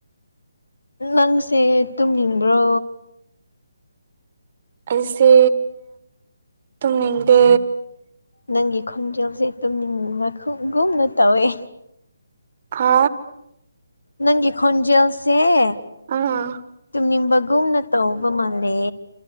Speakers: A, on the left (about 70°); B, on the right (about 35°).
A: ꯅꯪꯁꯦ ꯇꯨꯝꯅꯤꯡꯕ꯭ꯔꯣ
B: ꯑꯩꯁꯦ ꯇꯨꯝꯅꯤꯡꯗꯦ
A: ꯅꯪꯒꯤ ꯈꯣꯟꯖꯦꯜꯖꯦ ꯇꯨꯝꯅꯤꯡꯕ ꯈꯨꯒꯨꯝꯅ ꯇꯧꯋꯦ
B: ꯍꯥ
A: ꯅꯪꯒꯤ ꯈꯣꯟꯖꯦꯜ ꯁꯦꯑꯦ
B: ꯑꯥꯑ
A: ꯅꯤꯡꯕꯒꯨꯝꯅ ꯇꯧꯕ ꯃꯥꯜꯂꯦ